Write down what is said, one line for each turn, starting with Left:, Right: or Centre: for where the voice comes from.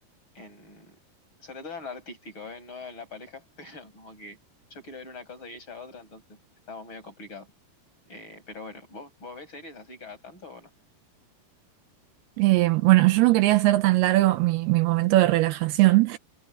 Left: en, sobre todo en lo artístico, ¿eh? No en la pareja, <laughs> pero como que yo quiero ver una cosa y ella otra, entonces estamos medio complicados. Eh, pero bueno, ¿vos, vos ves series así cada tanto o no?
Right: Eh, bueno, yo no quería hacer tan largo mi, mi momento de relajación,